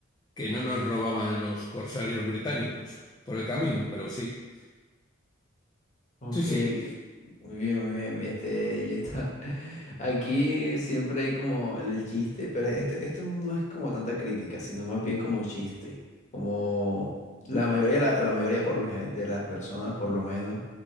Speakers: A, on the left; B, on the left.
A: que no nos robaban los corsarios británicos por el camino, pero sí,
B: Ok,
A: sí, sí.
B: muy bien, muy bien. Este, yo está. <laughs> Aquí siempre hay como el chiste, pero este, esto no es como tanta crítica, sino más bien como chiste. Como la mayoría, la, la mayoría por lo gen- de las personas, por lo menos,